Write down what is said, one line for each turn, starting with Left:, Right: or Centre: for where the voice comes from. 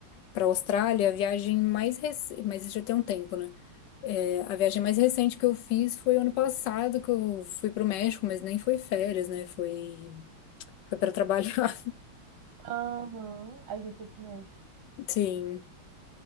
Left: para a Austrália, a viagem mais recente, mas isso já tem um tempo, né? É, a viagem mais recente que eu fiz foi ano passado, que eu fui para o México, mas nem foi férias, né? Foi, foi para trabalhar.
Right: Aham. Aí você foi pro México.
Left: <laughs> Sim,